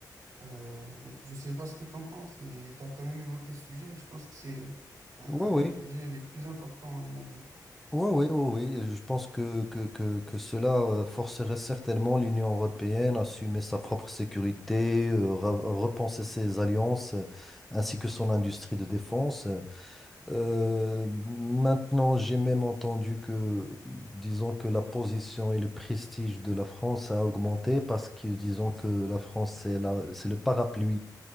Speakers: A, on the right; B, in the centre.
A: Euh, je ne sais pas ce que tu en penses, mais tu as quand même évoqué ce sujet et je pense que c'est un,
B: Oui,
A: un
B: oui,
A: des sujets les plus importants, à mon avis.
B: oui, oui, oui. oui. Je pense que, que, que, que cela euh, forcerait certainement l'Union européenne à assumer sa propre sécurité, euh, ra- repenser ses alliances, euh, ainsi que son industrie de défense. Euh, maintenant, j'ai même entendu que, disons que la position et le prestige de la France a augmenté parce que, disons que la France, c'est la, c'est le parapluie.